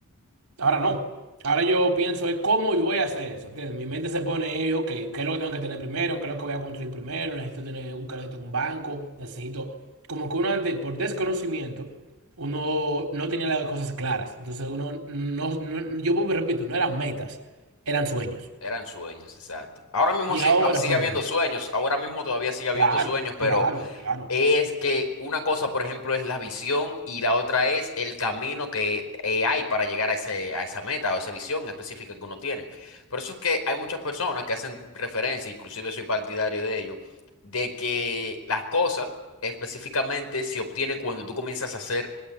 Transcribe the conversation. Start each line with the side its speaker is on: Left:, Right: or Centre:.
Right: ahora no. Ahora yo pienso es cómo yo voy a hacer eso. ¿entiendes? Mi mente se pone, eh, ok, ¿qué es lo que tengo que tener primero? ¿Qué es lo que voy a construir primero? Necesito tener un crédito en un banco. Necesito, como que uno antes, por desconocimiento, uno no tenía las cosas claras. Entonces uno, no, no- yo vuelvo y repito, no eran metas, eran sueños.
Left: Eran sueños, exacto. Ahora mismo
Right: Y
Left: sí-
Right: ahora
Left: ah, sigue
Right: son
Left: habiendo
Right: metas.
Left: sueños, ahora mismo todavía sigue habiendo
Right: Claro,
Left: sueños,
Right: claro,
Left: pero...
Right: claro.
Left: Es que una cosa, por ejemplo, es la visión y la otra es el camino que eh, hay para llegar a ese, a esa meta o esa visión específica que uno tiene. Por eso es que hay muchas personas que hacen referencia, inclusive soy partidario de ello, de que las cosas específicamente se obtienen cuando tú comienzas a hacer,